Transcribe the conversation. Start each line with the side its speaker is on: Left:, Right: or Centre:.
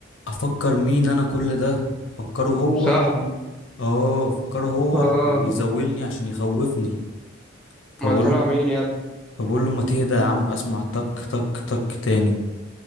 Left: افكر مين انا كل ده افكره هو
Centre: صاحبي
Left: اه افكره هو
Centre: اه
Left: وبيزولني عشان يخوفني فبقول
Centre: امال طلع
Left: له
Centre: مين يا ابني
Left: فبقول له ما تهدى يا عم اسمع تك تك تك تاني